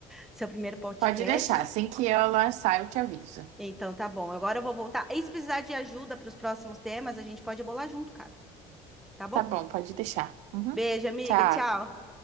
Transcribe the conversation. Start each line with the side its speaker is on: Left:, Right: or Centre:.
Centre: seu primeiro podcast.
Right: Pode deixar, assim que ela sair, eu te aviso.
Centre: Então tá bom. Agora eu vou voltar. E se precisar de ajuda para os próximos temas, a gente pode bolar junto, cara. Tá bom?
Right: Tá bom, pode deixar. Uhum.
Centre: Beijo, amiga.
Right: Tchau.
Centre: Tchau.